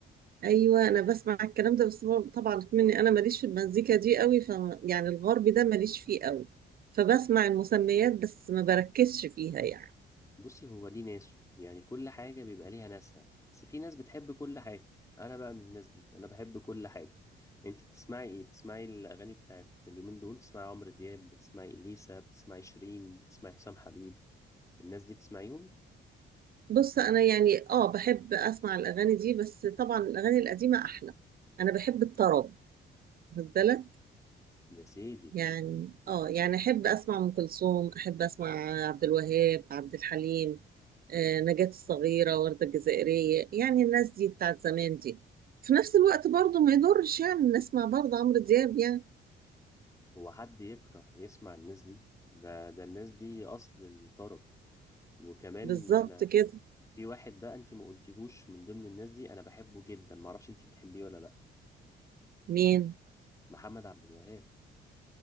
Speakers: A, on the right; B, on the left.
A: ايوه انا بسمع الكلام ده بس بر- طبعا مني انا ماليش في المزيكا دي قوي ف يعني الغربي ده ماليش فيه قوي فبسمع المسميات بس ما بركزش فيها يعني
B: بصي هو ليه ناسه يعني كل حاجة بيبقى ليها ناسها بس في ناس بتحب كل حاجة أنا بقى من الناس دي أنا بحب كل حاجة أنت بتسمعي إيه؟ بتسمعي الأغاني بتاعت اليومين دول بتسمعي عمرو دياب بتسمعي إليسا بتسمعي شيرين بتسمعي حسام حبيب الناس دي بتسمعيهم
A: بص انا يعني اه بحب اسمع الاغاني دي بس طبعا الاغاني القديمة احلى انا بحب الطرب مفضلة
B: يا سيدي
A: يعني اه يعني احب اسمع ام كلثوم احب اسمع عبد الوهاب عبد الحليم آه، نجاة الصغيرة وردة الجزائرية يعني الناس دي بتاعت زمان دي في نفس الوقت برضو ما يضرش يعني نسمع برضو عمرو دياب يعني
B: هو حد يكره يسمع الناس دي ده ده الناس دي أصل الطرب وكمان
A: بالظبط
B: أنا
A: كده
B: في واحد بقى أنت ما قلتيهوش من ضمن الناس دي أنا بحبه جدا معرفش أنت بتحبيه ولا لأ
A: مين
B: محمد عبد الوهاب